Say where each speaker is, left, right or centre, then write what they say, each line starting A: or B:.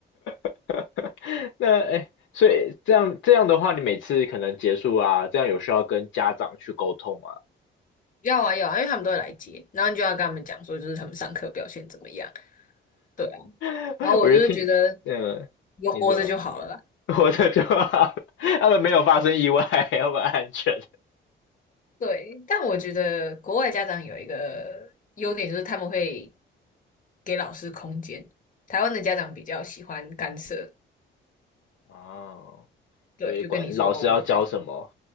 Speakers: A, on the left; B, on the left.
A: <laughs> 那哎，诶所以这样这样的话，你每次可能结束啊，这样有需要跟家长去沟通吗？
B: 要啊要啊，因为他们都会来接，然后你就要跟他们讲说，就是他们上课表现怎么样。对啊，
A: <laughs>
B: 然后我就是觉得
A: 我就听，嗯，
B: 有活着就好了啦。
A: 你说 <laughs> 活着就好，他们没有发生意外，他们安全。
B: 对，但我觉得国外家长有一个优点，就是他们会给老师空间。台湾的家长比较喜欢干涉，
A: 哦，
B: 对，
A: 就是管老师要教什么，
B: 就跟你说哦，我的小孩。